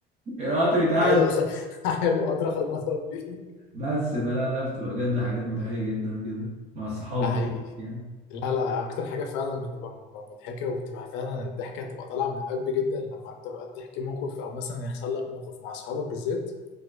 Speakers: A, on the right; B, on the left.
A: القطر اتعاد
B: حلو خ- حلو قدر خدمة ربي
A: بس بلا لا بتبقى بجد حاجات مضحيه جدا كده مع الصحاب
B: ده حقيقي
A: يعني
B: لا لا أكتر حاجة فعلا بتبقى م- مضحكة وبتبقى فعلا الضحكة هتبقى طالعة من القلب جدا لما أنت بقى تحكي موقف أو مثلا يحصل لك موقف مع أصحابك بالذات